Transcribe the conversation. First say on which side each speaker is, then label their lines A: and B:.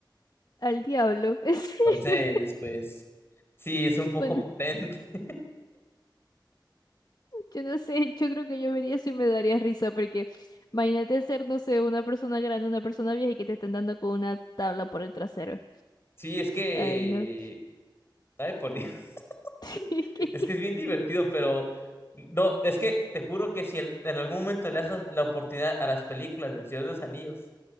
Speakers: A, on the left; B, on the left.
A: al diablo. <laughs> ¿En serio?
B: Entonces, pues sí, es un poco
A: Bueno,
B: potente. <laughs>
A: yo no sé. Yo creo que yo vería eso y me daría risa porque imagínate ser, no sé, una persona grande, una persona vieja y que te estén dando con una tabla por el trasero.
B: Sí, es que,
A: Ay, no.
B: ay, por Dios,
A: <laughs> ¿Qué,
B: <laughs>
A: qué,
B: es
A: qué?
B: que es bien divertido, pero no, es que te juro que si el- en algún momento le das la la oportunidad a las películas del Señor de los Anillos,